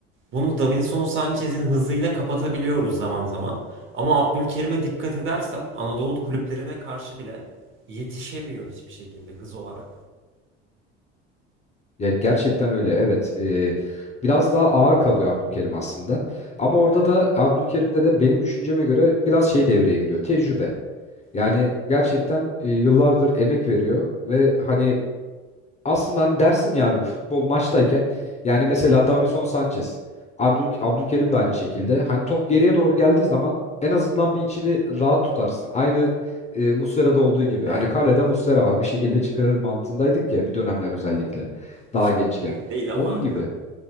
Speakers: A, on the right; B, on the left.
A: Bunu Davinson Sanchez'in hızıyla kapatabiliyoruz zaman zaman. Ama Abdülkerim'e dikkat edersen Anadolu kulüplerine karşı bile yetişemiyor hiçbir şekilde hız olarak.
B: Ya gerçekten öyle evet. Ee, biraz daha ağır kalıyor Abdülkerim aslında. Ama orada da Abdülkerim'de de benim düşünceme göre biraz şey devreye giriyor. Tecrübe. Yani
A: Evet.
B: gerçekten e, yıllardır emek veriyor ve hani aslında hani dersin ya abi futbol maçtayken yani mesela Davinson Sanchez, Abdül, Abdülkerim de aynı şekilde. Hani top geriye doğru geldiği zaman en azından bir içini rahat tutarsın. Aynı e, Muslera'da olduğu gibi.
A: Evet,
B: Hani kalede
A: o var.
B: Muslera var bir şekilde çıkarır mantığındaydık ya bir dönemler özellikle
A: Bu,
B: daha
A: şey-
B: gençken.
A: bu yıl değil ama
B: Onun gibi.